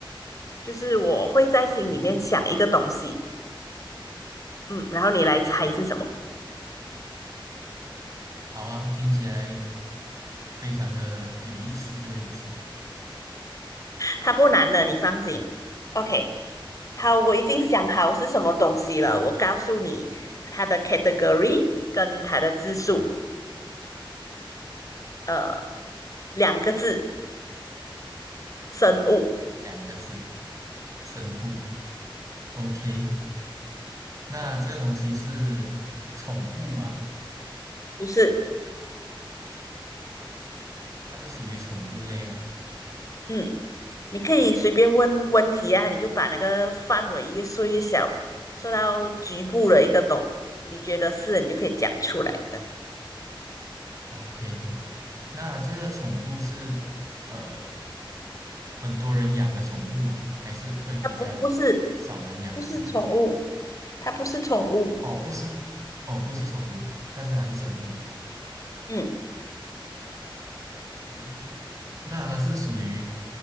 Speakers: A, on the left (about 40°); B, on the right (about 40°).
A: 就是我会在心里面想一个东西，
B: 哦，
A: 嗯，然后你来猜是什么。
B: 好啊，听起来非常的有意思，这个游戏。
A: 它不难的，你放心。OK，
B: 好，
A: 好，我已经想好是什么东西了。我告诉你它的 category 跟它的字数，呃，两个字。生物，
B: 两个字，生物。OK，那这个东西是宠物吗？
A: 不是，
B: 它是属于宠物类啊。
A: 嗯，你可以随便问问题啊，你就把那个范围越缩越小，缩到局部的一个懂，你觉得是，你就可以讲出来的。
B: OK，明白。那这个宠物是呃很多人养的宠物吗？还是会比较少人养的宠物？
A: 它不不是不是宠物，它不是宠物，
B: 哦，不是，哦，不是宠物，但是它是生物。
A: 嗯嗯，
B: 嗯，那它是属于